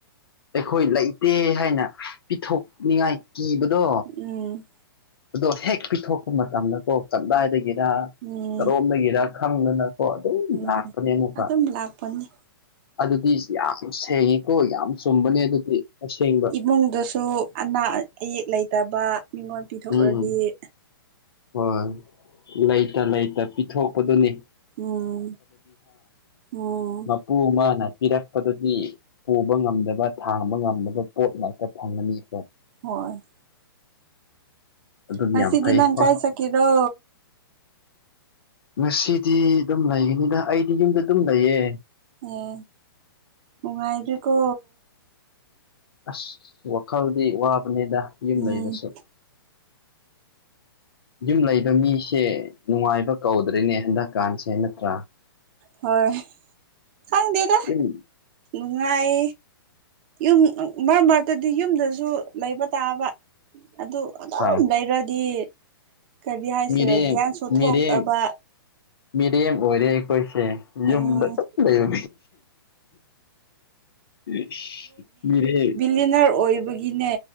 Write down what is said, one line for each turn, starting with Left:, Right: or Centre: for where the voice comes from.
Left: ꯑꯩꯈꯣꯏ ꯂꯩꯇꯦ ꯍꯥꯏꯅ ꯄꯤꯊꯣꯛꯅꯤꯡꯉꯥꯏ ꯀꯤꯕꯗꯣ
Right: ꯎꯝ
Left: ꯑꯗꯣ ꯍꯦꯛ ꯄꯤꯊꯣꯛꯄ ꯃꯇꯝꯗꯀꯣ ꯀꯗꯥꯏꯗꯒꯤꯔ
Right: ꯎꯝ
Left: ꯀꯔꯣꯝꯗꯒꯤꯔ ꯈꯪꯗꯅ ꯀ‌ꯣ ꯑꯗꯨꯝ
Right: ꯎꯝ
Left: ꯂꯥꯛꯄꯅꯦ ꯑꯩꯉ‌ꯣꯟꯗ
Right: ꯑꯗꯨꯝ ꯂꯥꯛꯄꯅꯤ
Left: ꯑꯗꯨꯗꯤ ꯌꯥꯝ ꯁꯦꯡꯉꯦꯀꯣ ꯌꯥꯝ ꯆꯨꯝꯕꯅꯦ ꯑꯗꯨꯗꯤ ꯑꯁꯦꯡꯕ
Right: ꯃꯪ ꯗꯁꯨ ꯑꯅꯥ ꯑꯌꯦꯛ ꯂꯩꯇꯕ ꯃꯤꯉꯣꯟ ꯄꯤꯊꯣꯛꯂꯗꯤ
Left: ꯎꯝ ꯍꯣꯏ ꯂꯩꯇ ꯂꯩꯇ ꯄꯤꯊꯣꯛꯄꯗꯨꯅ‌ꯦ
Right: ꯎꯝ ꯎꯝ
Left: ꯃꯄꯨ ꯃꯅꯥ ꯄꯤꯔꯛꯄꯗꯨꯗꯤ ꯄꯨꯕ ꯉꯝꯗꯕ ꯊꯥꯡꯕ ꯉꯝꯗꯕ ꯄꯣꯠ ꯉꯥꯛꯇ ꯐꯪꯒꯅꯤꯀ‌ꯣ
Right: ꯍꯣꯏ
Left: ꯑꯗꯨꯝ
Right: ꯉꯁꯤꯗꯤ
Left: ꯌꯥꯝ ꯐꯩ
Right: ꯅꯪ
Left: ꯍꯣꯏ
Right: ꯀꯥꯏ ꯆꯠꯀ‌ꯦꯔꯣ
Left: ꯉꯁꯤꯗꯤ ꯗꯨꯝ ꯂꯩꯒꯅꯤꯗ ꯑꯩꯗꯤ ꯌꯨꯝꯗ ꯗꯨꯝ ꯂꯩꯌꯦ
Right: ꯅ‌ꯦ ꯅꯨꯉꯥꯏ ꯗ꯭ꯔꯤꯀꯣ
Left: ꯑꯁ ꯋꯥꯈꯜꯗꯤ ꯋꯥꯕꯅꯤꯗ ꯌꯨꯝ
Right: ꯎꯝ
Left: ꯂꯩꯕꯁꯨ ꯌꯨꯝ ꯂꯩꯕ ꯃꯤꯁꯦ ꯅꯨꯡꯉꯥꯏꯕ ꯀꯧꯗ꯭ꯔꯦꯅꯦ ꯍꯟꯗꯛ ꯀꯥꯟꯁꯦ ꯅꯠꯇ꯭ꯔ‌ꯣ
Right: ꯍꯣꯏ ꯈꯪꯗꯦꯗ
Left: ꯌꯨꯝ
Right: ꯅꯨꯡꯉꯥꯏ ꯌꯨꯝ ꯃꯔꯛ ꯃꯔꯛꯇꯗꯤ ꯌꯨꯝꯗꯁꯨ ꯂꯩꯕ ꯇꯥꯕ ꯑꯗꯨ ꯑꯗꯨꯝ
Left: ꯍꯥ
Right: ꯂꯩꯔꯗꯤ ꯀꯔꯤ ꯍꯥꯏꯁꯤꯔ
Left: ꯃꯤꯔꯦꯝ
Right: ꯒ꯭ꯌꯥꯟꯁꯨ ꯊꯣꯛꯇꯕ
Left: ꯃꯤꯔꯦꯝ ꯃꯤꯔꯦꯝ ꯑꯣꯏꯔꯦ ꯑꯩꯈꯣꯏꯁꯦ ꯌꯨꯝꯗ
Right: ꯎꯝ
Left: ꯑꯗꯨꯝ ꯂꯩꯕ <unintelligible> ꯃꯤꯔ‌ꯦ
Right: ꯇꯤꯅꯔ ꯑꯣꯏꯕꯒꯤꯅꯦ